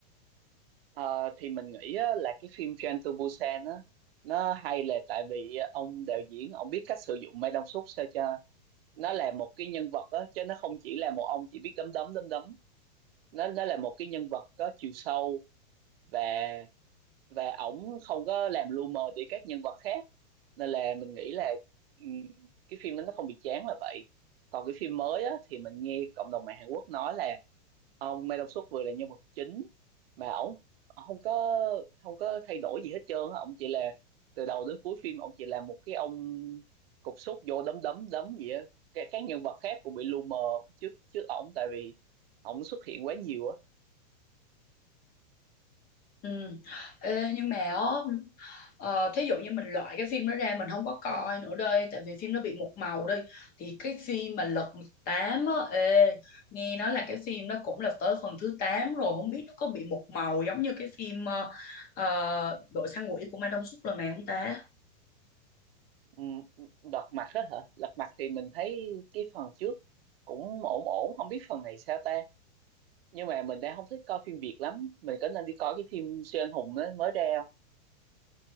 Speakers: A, on the right (about 60°); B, on the left (about 25°).
A: Ờ, thì mình nghĩ á, là cái phim Train to Busan á nó hay là tại vì ông đạo diễn ông biết cách sử dụng Mai Tông Súp sao cho nó là một cái nhân vật á chứ nó không chỉ là một ông chỉ biết đấm đấm đấm đấm nó nó là một cái nhân vật có chiều sâu và và ổng không có làm lu mờ đi các nhân vật khác nên là mình nghĩ là ừm, cái phim đó nó không bị chán là vậy còn cái phim mới á, thì mình nghe cộng đồng mạng Hàn Quốc nói là ông Mae Dong Suk vừa là nhân vật chính mà ổng ổng không có không có thay đổi gì hết trơn á ổng chỉ là từ đầu đến cuối phim ổng chỉ là một cái ông cục súc vô đấm đấm đấm gì á các, các nhân vật khác cũng bị lu mờ trước trước ổng tại vì ổng xuất hiện quá nhiều á
B: Ừ. Ê, nhưng mà á, ờ, thí dụ như mình loại cái phim đó ra mình không có coi nữa đây tại vì phim nó bị một màu đi thì cái phim mà Lật Mặt Tám á ê, nghe nói là cái phim nó cũng là tới phần thứ 8 rồi không biết nó có bị một màu giống như cái phim ờ, ờ, Đội săn quỷ của Ma Đông Súc lần này không ta
A: Ừ, Lật mặt đó hả? Lật mặt thì mình thấy cái phần trước cũng ổn ổn, không biết phần này sao ta. Nhưng mà mình đang không thích coi phim Việt lắm. Mình có nên đi coi cái phim siêu anh hùng đó mới ra không?